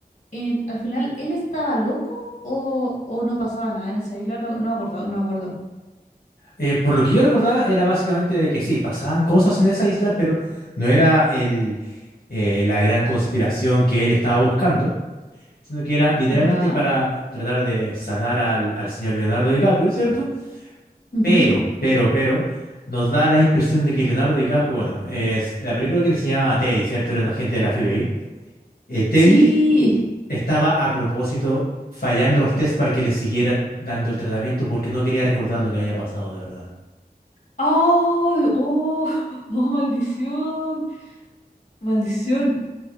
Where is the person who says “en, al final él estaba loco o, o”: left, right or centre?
Left